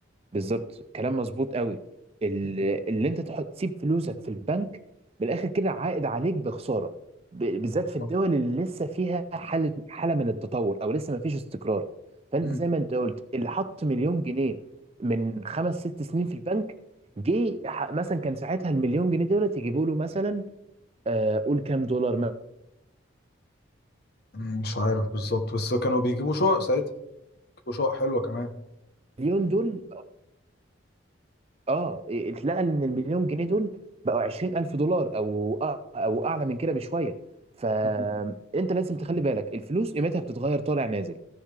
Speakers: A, on the right (about 30°); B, on the left (about 50°).
A: بالظبط كلام مظبوط قوي ال-
B: مم.
A: اللي انت تحط تسيب فلوسك في البنك بالاخر كده عائد عليك بخساره ب- بالذات
B: بالظبط
A: في الدول اللي لسه فيها حاله حاله من التطور او لسه ما فيش استقرار فانت
B: مم.
A: زي ما انت قلت اللي حط مليون جنيه من خمس ست سنين في البنك جه ح- مثلا كان ساعتها المليون جنيه دولت يجيبوا له مثلا آه، قول كام دولار
B: مم. مش عارف بالظبط بس كانوا بيجيبوا شقق ساعتها بيجيبوا شقق حلوه كمان
A: مليون دول اه اتلقى ان المليون جنيه دول بقوا 20000 دولار او أ- او اعلى من كده بشويه فانت
B: مم.
A: لازم تخلي بالك الفلوس قيمتها بتتغير طالع نازل